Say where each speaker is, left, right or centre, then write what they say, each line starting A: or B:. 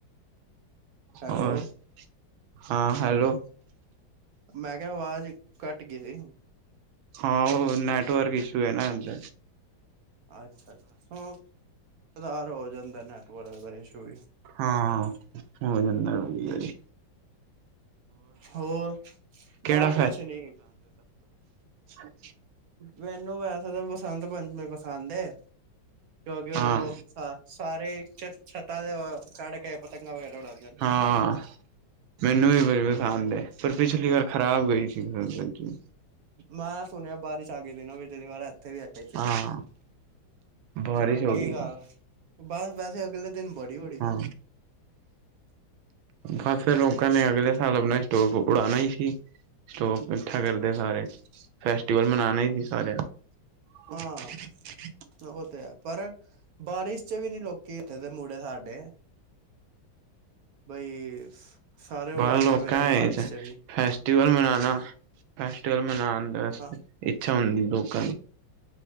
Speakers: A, on the right (about 65°); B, on the right (about 85°).
A: ਹੈਲੋ
B: ਹੋਰ ' <inaudible> ' ਹਾਂ ਹੈਲੋ।
A: ਮੈਂ ਕਿਹਾ ਆਵਾਜ਼ ਘੱਟ ਗਈ ਸੀ।
B: ਹਾਂ, ਉਹ ਨੈਟਵਰਕ ਇਸ਼ੂ ਹੈ ਨਾ ਐ ਅੱਜ।
A: ਅੱਛਾ-ਅੱਛਾ, ' <unintelligible> ' ਹੋ ਜਾਂਦਾ ਨੈਟਵਰਕ ਦਾ ਇਸੂ ਵੀ।
B: ਹਾਂ, ਹੋੰ ਜਾਂਦਾ ਕਈ ਵਾਰੀ
A: ਹੋਰ,
B: ਕਿਹੜਾ
A: ਬਾ ਕੁਛ ਨੀ।
B: ' <unintelligible>
A: ਮੈਨੂੰ ਵੈਸੇ ਤਾਂ ਬਸੰਤ ਪੰਚਮੀ ਪਸੰਦ ਐ। ਕਿਉਂਕਿ ਉਦੋਂ
B: ਹਾਂ
A: ਸਾ ਸਾਰੇ ਛ ਛੱਤਾਂ ਦੇ ਚੜ ਕੇ ਪਤੰਗਾਂ ਵਗੈਰਾ ਉਡਾਉਂਦੇ ਨੇ।
B: ਹਾਂ ਮੈਨੂੰ ਵੀ ਬੜੀ ਪਸੰਦ ਆ, ਪਰ ਪਿਛਲੀ ਵਾਰ ਖ਼ਰਾਬ ਗਈ ਸੀ ਬਸੰਤ ਪੰਚਮੀ।
A: ਮੈਂ ਸੁਣਿਆ ਬਾਰਿਸ਼ ਆ ਗਈ ਸੀ ਪਿਛਲੀ ਵਾਰੀ ਇੱਥੇ ਵੀ ਆਏ ਗਈ
B: ਹਾਂ
A: ਸੀ।
B: ਬਾਰਿਸ਼
A: ਸਹੀ
B: ਹੋ ਗਈ
A: ਗੱਲ ਆ ਬਾਰਿਸ ਵੈਸੇ ਅਗਲੇ ਦਿਨ ਬੜੀ-ਬੜੀ
B: ਹਾਂ
A: ਸੀ।' ' <unintelligible>
B: ਬ ਫਿਰੋ ਲੋਕਾਂ ਅਗਲੇ ਸਾਲ ਆਪਣਾ ਸਟੋਕ ਉਡਾਣਾ ਹੀ ਸੀ, ਸਟੋਕ ਇਕੱਠਾ ਕਰਦੇ ਸਾਰੇ। ਫੈਸਟੀਵਲ ਮਨਾਣਾ ਸੀ ਸਾਰਿਆਂ ਨੇ'
A: ਹਾਂ
B: ' <inaudible>
A: ਉਹ ਤੇ ਹੈ, ਪਰ ਬਾਰਿਸ਼ 'ਚ' ਵੀ ਨੀ ਲੋਕੀ ਇਥ ਦੇ ਮੁੜੇ ਸਾਡੇ। ਬਈ, ਸਾਰੇ ਉੜਾਉਂਦੇ
B: ਬਾਹਰ ਲੋਕਾਂ
A: ਪਏ ਸੀ ਬਾਰਿਸ਼ 'ਚ' ਵੀ।
B: ਫੈਸਟੀਵਲ ਮਣਾਨਾ, ਫੈਸਟੀਵਲ ਮਨਾਉਣ ਵਾਸਤੇ
A: ਹਾਂ
B: ਇੱਛਾ ਹੁੰਦੀ ਲੋਕਾਂ ਦੀ।